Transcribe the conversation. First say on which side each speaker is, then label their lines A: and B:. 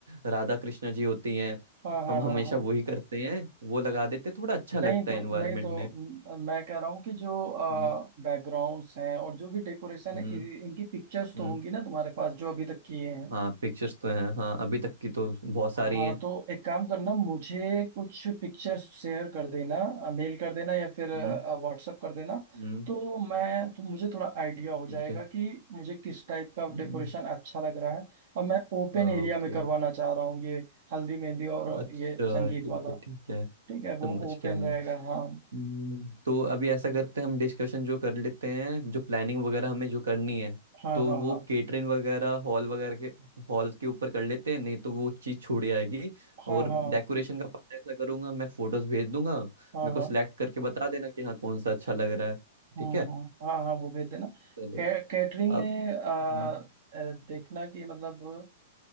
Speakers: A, on the right (about 80°); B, on the right (about 55°).
A: राधा कृष्णा जी होती हैं
B: हाँ हाँ
A: हम
B: हाँ
A: हमेशा
B: हाँ
A: वही करते हैं वो लगा देते थोड़ा अच्छा लगता
B: नहीं तो
A: है एनवायरनमेंट
B: नहीं तो
A: में
B: म- मैं कह रहा हूँ कि जो
A: हम्म
B: बैकग्राउंड्स हैं और जो भी डेकोरेशन
A: हम्म
B: है इ- इनकी पिक्चर्स
A: हम्म,
B: तो होंगी ना तुम्हारे पास जो अभी तक किए हैं
A: हाँ पिक्चर्स तो हैं हाँ अभी तक की तो बहुत सारी
B: हाँ
A: हैं
B: तो एक काम करना मुझे कुछ पिक्चर्स शेयर कर देना मेल कर देना या फिर
A: हम्म
B: व्हाट्सअप कर देना
A: हम्म
B: तो मैं तो मुझे थोड़ा आइडिया हो जाएगा
A: ठीक है
B: कि मुझे किस टाइप का
A: हम्म,
B: डेकोरेशन अच्छा लग रहा है और मैं ओपन
A: ओके
B: एरिया में करवाना चाह रहा हूँ ये हल्दी मेहंदी और
A: अच्छा
B: ये संगीत
A: ठीक
B: वाला
A: है ठीक है
B: ठीक है वो
A: समझ
B: ओपन
A: गया मैं
B: रहेगा हाँ
A: हम्म, तो अभी ऐसा करते हैं हम डिस्कशन जो कर लेते हैं जो प्लानिंग वगैरह हमें जो करनी है
B: हाँ
A: तो
B: हाँ
A: वो
B: हाँ
A: केटरिंग वगैरह हॉल वगैरह के हॉल के ऊपर कर लेते हैं नहीं तो वो चीज़ छूट जाएगी
B: हाँ
A: और
B: हाँ
A: डेकोरेशन का पार्ट ऐसा करूंगा मैं फोटोज भेज दूंगा मेरे
B: हाँ
A: को
B: हाँ
A: सिलेक्ट करके बता देना कि हाँ कौन सा अच्छा लग रहा है
B: हाँ
A: ठीक है
B: हाँ हाँ हाँ वो भेज देना
A: चलो
B: कै, कैटरिंग में
A: अब
B: आ,
A: हम्म
B: अ, देखना कि मतलब